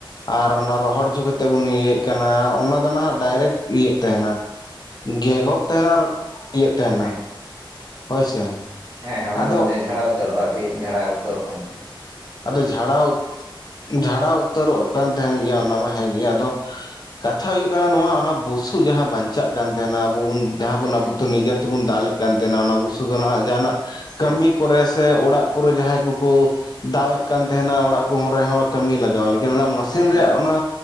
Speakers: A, on the left (about 50°); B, on the right (about 65°).
A: ᱟᱨ ᱚᱱᱟ ᱨᱚᱦᱚᱲ ᱦᱚᱪᱩ ᱠᱟᱛᱮᱜ᱾ ᱛᱮᱵᱚᱱ ᱤᱭᱟᱹᱭᱮᱫ ᱠᱟᱱᱟ ᱟᱨ ᱚᱱᱟ ᱫᱚ ᱱᱟᱦᱟᱜ ᱰᱟᱭᱨᱮᱠᱴ ᱤᱭᱟᱹᱜ ᱛᱟᱦᱮᱱᱟ᱾ ᱜᱮᱜᱚᱜ ᱛᱟᱦᱮᱱᱟ ᱟᱨ ᱤᱭᱟᱹᱜ ᱛᱟᱦᱮᱱᱟ
B: ᱦᱮᱸ
A: ᱦᱳᱭᱥᱮ᱾
B: ᱦᱮᱸ ᱦᱮᱸ ᱚᱱᱟ
A: ᱟᱫᱚ
B: ᱫᱚ ᱡᱷᱟᱲᱟᱣ ᱩᱛᱟᱹᱨᱚᱜᱼᱟ ᱟᱨᱠᱤ ᱡᱷᱟᱲᱟᱣ ᱩᱛᱟᱹᱨᱚᱜ ᱠᱟᱱ ᱛᱟᱦᱮᱸᱜ-ᱟ᱾
A: ᱟᱫᱚ ᱡᱷᱟᱲᱟᱣ ᱡᱷᱟᱲᱟᱣ ᱩᱛᱟᱹᱨᱚᱜ ᱠᱟᱱ ᱛᱟᱦᱮᱱ ᱜᱮᱭᱟ ᱚᱱᱟ ᱢᱟ ᱦᱮᱸᱜᱮ ᱟᱫᱚ᱾ ᱠᱟᱛᱷᱟ ᱦᱳᱭᱳᱜ ᱠᱟᱱᱟ ᱱᱚᱣᱟ ᱚᱱᱟ ᱵᱩᱥᱩᱵ ᱡᱟᱦᱟᱸ ᱵᱟᱧᱪᱟᱜ ᱠᱟᱱ ᱛᱟᱦᱮᱱᱟ ᱟᱵᱚ ᱵᱩᱱ᱾ ᱡᱟᱦᱟᱸ
B: ᱦᱩᱸ
A: ᱵᱚᱱ ᱟᱵᱚ
B: ᱦᱩᱸ
A: ᱱᱤᱡᱮ ᱛᱮᱵᱚᱱ ᱫᱟᱞᱮᱫ ᱠᱟᱱ ᱛᱟᱦᱮᱱᱟ ᱚᱱᱟ ᱵᱚᱥᱩ ᱫᱚ ᱱᱟᱦᱟᱜ ᱡᱟᱦᱟᱱᱟᱜ
B: ᱦᱮᱸ
A: ᱠᱟᱹᱢᱤ ᱠᱚᱨᱮ᱾ ᱥᱮ ᱚᱲᱟᱜ ᱠᱚᱨᱮ ᱡᱟᱦᱟᱸᱭ ᱠᱚᱠᱚ ᱫᱟᱣ ᱮᱫ ᱠᱟᱱ ᱛᱟᱦᱮᱱᱟ ᱚᱲᱟᱜ ᱠᱚᱦᱚᱸ ᱨᱮᱦᱚᱸ ᱠᱟᱹᱢᱤ ᱞᱟᱜᱟᱣ ᱞᱟᱹᱜᱤᱫ᱾ ᱚᱱᱟ
B: ᱦᱩᱸ
A: ᱢᱮᱥᱤᱱ
B: ᱦᱩᱸ ᱦᱮᱸ
A: ᱨᱮᱭᱟᱜ ᱚᱱᱟ᱾